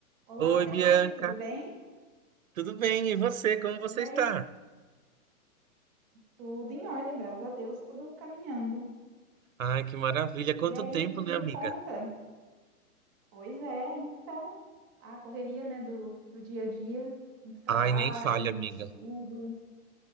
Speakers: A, in the centre; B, on the right (about 65°).
A: Olá,
B: Oi,
A: Felipe,
B: Bianca.
A: tudo bem?
B: Tudo bem? E você? Como você
A: E aí,
B: está?
A: tudo em ordem, graças a Deus, tudo caminhando.
B: Ai, que maravilha. Quanto
A: E aí,
B: tempo,
A: o que que
B: né,
A: me
B: amiga?
A: conta? Pois é, então, a correria, né, do, do dia a dia, muito trabalho,
B: Ai, nem falha,
A: muito
B: amiga.
A: estudo,